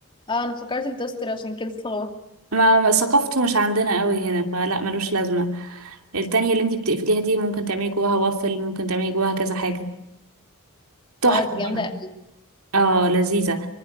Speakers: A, on the left; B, on the right.
A: اه انا افتكرت التوستر عشان كده اتلخبطت
B: ما ما- ثقافته مش عندنا قوي هنا فلا ملوش لازمة التانية اللي انتي بتقفليها دي ممكن تعملي جواها وافل ممكن تعملي جواها كذا حاجة تحفة
A: اه دي
B: برضه
A: جامده قوي
B: اه لذيذة